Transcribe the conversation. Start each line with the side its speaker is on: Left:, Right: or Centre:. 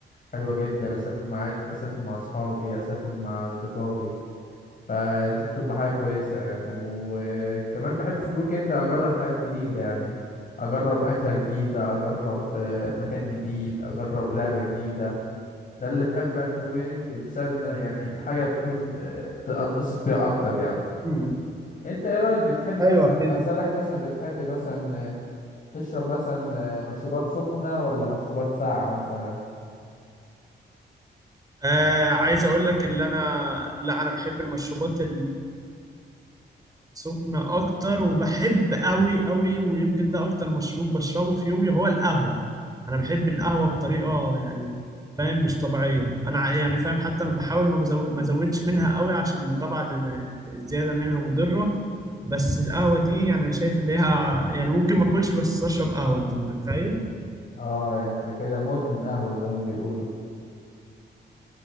Left: حلوه جدا اسافر مع عيلتي اسافر مع اصحابي اسافر مع اصدقائي فدي بتبقى حاجة كويسة يعني وكمان بحب في الويكند أجرب حاجات جديدة يعني أجرب أكلة جديدة أجرب آه، مكان جديد أجرب لعبة جديدة ده اللي بحب يعني في الويكند بسبب إن يعني حاجة تكون آه، ت- أتبسط بيها أكتر يعني
Right: م- م.
Left: أنت إيه رأيك بتحب مثلا
Right: ايوه فهمت
Left: أسألك مثلا بتحب مثلا آه، تشرب مثلا آه، مشروبات سخنة ولا مشروبات ساقعة مثلا
Right: آه عايز اقول لك اللي انا لا انا بحب المشروبات سخنة أكتر وبحب أوي أوي ويمكن ده أكتر مشروب بشربه في يومي هو القهوة أنا بحب القهوة بطريقة يعني فاهم مش طبيعية أنا ع- يعني فاهم حتى بحاول ما بزو... ما أزودش منها أوي عشان طبعا لأن الزيادة منها مضرة بس القهوة دي يعني أنا شايف اللي هي يعني ممكن ما أكلش بس أشرب قهوة أنت متخيل؟
Left: اه انت كده مدمن قهوة زي ما بيقولوا